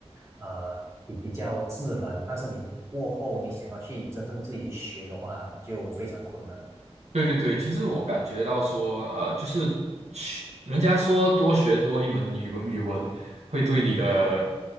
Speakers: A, on the right (about 25°); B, on the right (about 80°).
A: 呃，比比较自然。但是你过后你想要去真正自己去学的话，就非常困难了。
B: 对对对，其实我感觉到说，呃，就是学人家说多学多一门语文，语文会对你的，